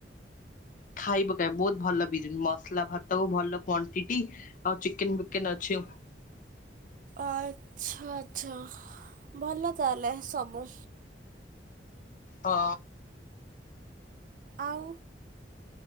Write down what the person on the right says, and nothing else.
ଆଚ୍ଛା ଆଚ୍ଛା ଭଲ ତାହେଲେ ସବୁ
ଆଉ